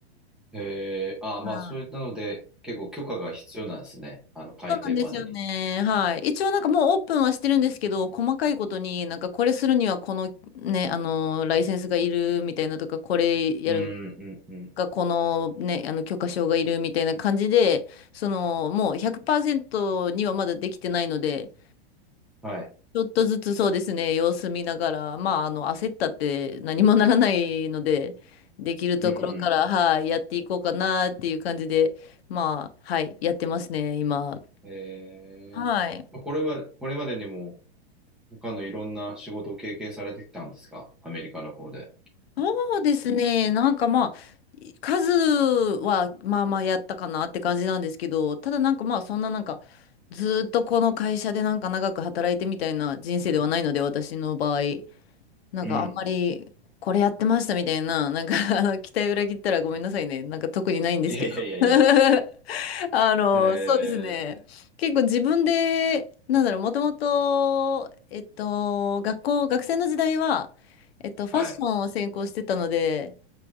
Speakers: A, in the centre; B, on the left.
A: へえー、あー、まあそういったので、
B: はい
A: 結構許可が必要なんですね。あの、開店までに。
B: そうなんですよね。はい。一応なんかもうオープンはしてるんですけど、細かいことになんかこれするにはこのね、あの、ライセンスがいるみたいなとか、これやるの
A: うん、うん、うん。
B: か、このね、あの、許可証がいるみたいな感じで、その、もう100%にはまだできてないので、
A: はい。
B: ちょっとずつそうですね、様子見ながら、まあ、あの、焦ったって何もならないので、できるところから、
A: うん、
B: はい、やっていこうかなっていう感じで、まあ、はい、やってますね、今。
A: うん。えー、
B: はい。
A: まあこれは、これまでにも、他のいろんな仕事を経験されてきたんですかアメリカの方で。
B: そうですね。なんかまあ、数はまあまあやったかなって感じなんですけど、ただなんかまあそんななんか、ずーっとこの会社でなんか長く働いてみたいな人生ではないので、私の場合、なんかあんまりこれやってましたみたいな、
A: うん。
B: なんかあの、期待裏切ったらごめんなさいね。なんか特にないんですけど。
A: いやいやいやいや。
B: <laughs> あの、
A: え
B: そうですね。結構自分で、なんだろう、もともと、えっと、学校、学生の時代は、えっと、ファッションを専攻してたので、
A: ー、はい。